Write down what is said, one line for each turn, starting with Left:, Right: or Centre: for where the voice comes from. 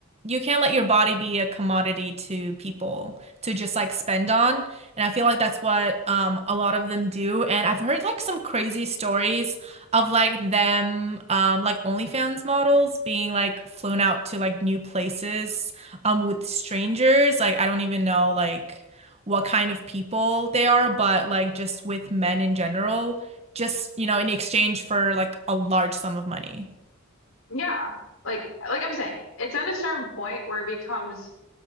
Right: you can't let your body be a commodity to people to just like spend on. And I feel like that's what um a lot of them do. And I've heard like some crazy stories of like them um like OnlyFans models being like flown out to like new places um with strangers. Like I don't even know like what kind of people they are, but like just with men in general, just you know, in exchange for like a large sum of money.
Left: yeah, like like I'm saying, it's at a certain point where it becomes